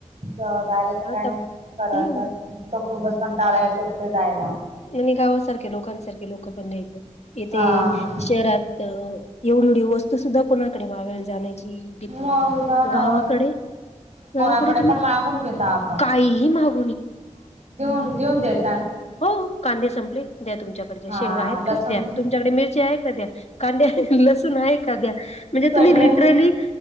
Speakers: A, on the right; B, on the left.
A: ज गयला तर काय
B: आता
A: नाही
B: हम्म
A: तो खूपच पण टाळा येतो कुठे जायला.
B: आणि गावासारखे लोकांसारखे लोक पण नाहीेत इथे
A: हा
B: शहरात एवढी एवढी वस्त तू सुद्धा कोणाकडे माग जाण्याची भीती
A: मग जाणार
B: गावाकडे
A: कोणाकडे
B: गावाकडे तुम्ही
A: पण मागून घेता आपण
B: काहीही माग
A: देऊन देऊन द्याेत
B: हो कांदे संपले द्या तुमच्याकडचे
A: हा
B: शेंगा आहेत
A: लसूण
B: का द्या तुमच्याकडे मिरची आहे का द्या कांद्या लसू आहे कांद्या म्हणजे
A: सगळे
B: तुम्ही लिरली